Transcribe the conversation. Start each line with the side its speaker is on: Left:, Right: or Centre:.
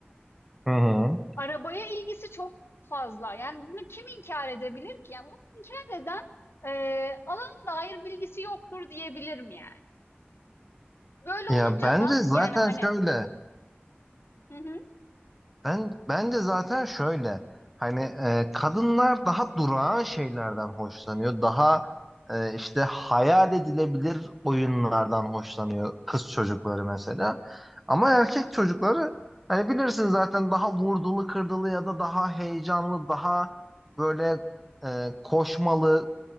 Centre: Hı hı.
Left: Arabaya ilgisi çok fazla. Yani bunu kim inkar edebilir ki? Yani bunu inkar eden eee alan dair bilgisi yoktur diyebilirim yani. Böyle
Centre: Ya
Left: olunca
Centre: bence
Left: da
Centre: zaten
Left: yani hani
Centre: şöyle.
Left: Hı hı.
Centre: Ben bence zaten şöyle hani e, kadınlar daha durağan şeylerden hoşlanıyor. Daha e, işte hayal edilebilir oyunlardan hoşlanıyor kız çocukları mesela. Ama erkek
Left: Hı hı.
Centre: çocukları hani bilirsin zaten daha vurdulu kırdılı ya da daha heyecanlı, daha böyle e, koşmalı